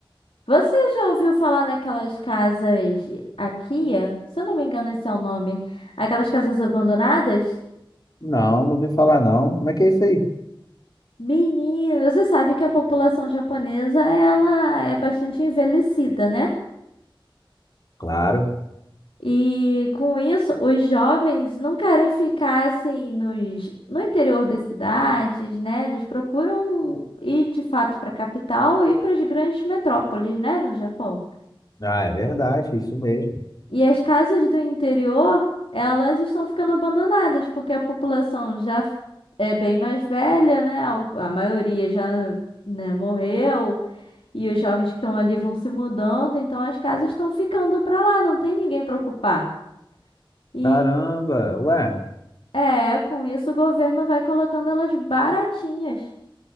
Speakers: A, on the left; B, on the left.
A: Você já ouviu falar naquelas casas Akia? Se eu não me engano, esse é o nome. Aquelas casas abandonadas?
B: Não, não ouvi falar não. Como é que é isso aí?
A: menino. você sabe que a população japonesa ela é bastante envelhecida, né?
B: Claro.
A: E com isso, os jovens não querem ficar assim nos, no interior das cidades, né? Eles procuram ir de fato para a capital e para as grandes metrópoles, né, no Japão.
B: Ah, é verdade, isso mesmo.
A: E as casas do interior, elas estão ficando abandonadas, porque a população já é bem mais velha, né? Al- A maioria já, né, morreu, e os jovens que estão ali vão se mudando, então as casas estão ficando para lá, não tem ninguém para ocupar. E
B: Caramba, ué.
A: é, com isso o governo vai colocando elas baratinhas.